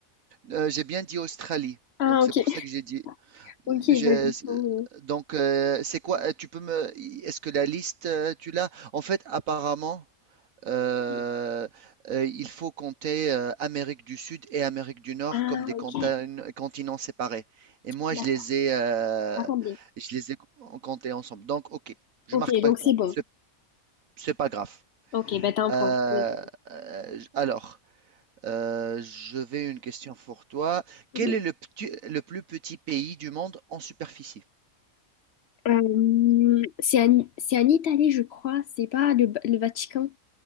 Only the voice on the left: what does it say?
Ah,
ok.
<laughs>
Ok,
ben, du coup,
euh,
Ah,
ok,
d'accord,
attendez.
Ok,
donc
c'est bon.
Ok, ben t'as un point.
Oui.
Mhm.
Euh, c'est en, c'est en Italie, je crois, c'est pas le, le Vatican.